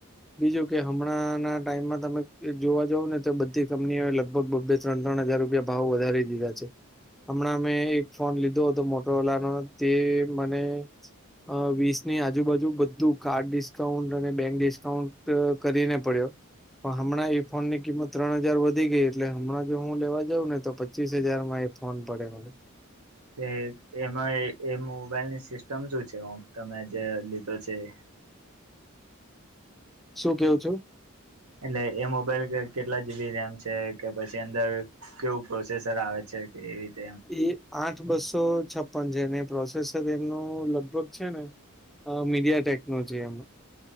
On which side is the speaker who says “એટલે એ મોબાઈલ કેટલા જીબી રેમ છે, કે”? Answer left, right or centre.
Right